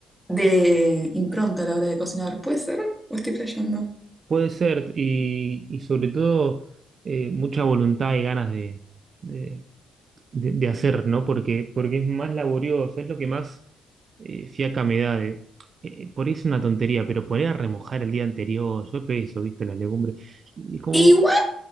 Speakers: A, in the centre; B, on the right (about 45°).
A: de impronta a la hora de cocinar. ¿Puede ser? ¿O estoy flasheando?
B: puede ser, y, y sobre todo eh, mucha voluntad y ganas de, de, de- de hacer, ¿no? Porque, porque es más laborioso, es lo que más eh, fiaca me da. de- eh, por ahí es una tontería, pero poner a remojar el día anterior, yo eso, viste, las legumbres. Y como,
A: E igual